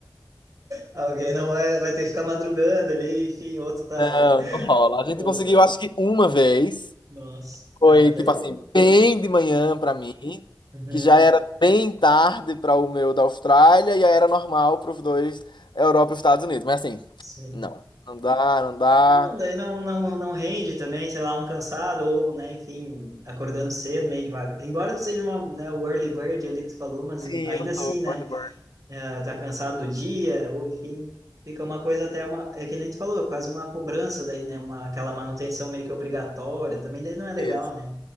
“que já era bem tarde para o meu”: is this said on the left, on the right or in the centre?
Left